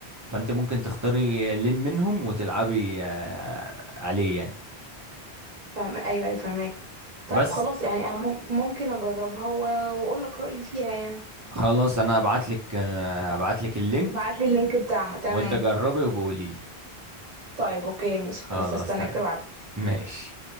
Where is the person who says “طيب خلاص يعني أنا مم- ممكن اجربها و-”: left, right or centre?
Right